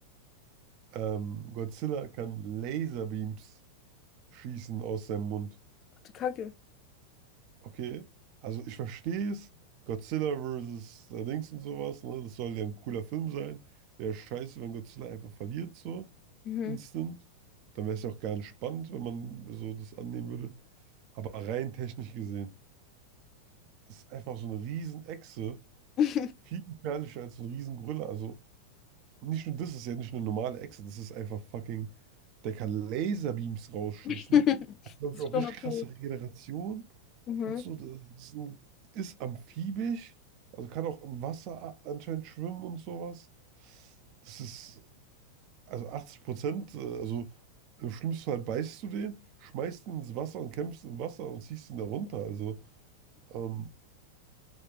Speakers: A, on the right (about 40°); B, on the left (about 30°).
A: Ähm, Godzilla kann Laserbeams schießen aus seinem Mund.
B: Ach du Kacke.
A: Okay? Also ich verstehe es. Godzilla versus äh, Dings und sowas, ne? Das soll ja ein cooler Film sein. Wäre scheiße, wenn Godzilla einfach verliert, so
B: Mhm.
A: instant. Dann wäre es ja auch gar nicht spannend, wenn man so das annehmen würde. Aber rein technisch gesehen, das ist einfach so eine Riesenechse.
B: <laughs>
A: Viel gefährlicher als so ein Riesengorilla. Also Nicht nur das ist ja nicht eine normale Echse, das ist einfach fucking. Der kann Laserbeams rausschießen.
B: Das
A: Hat, glaube ich, auch
B: Ist schon
A: richtig
B: okay.
A: krasse Regeneration
B: Mhm.
A: und so. Das ist, ein, ist amphibisch, also kann auch im Wasser a- anscheinend schwimmen und sowas. Das ist, also 80 Prozent, äh, also im schlimmsten Fall beißt du den, schmeißt ihn ins Wasser und kämpfst im Wasser und ziehst ihn da runter. Also, ähm,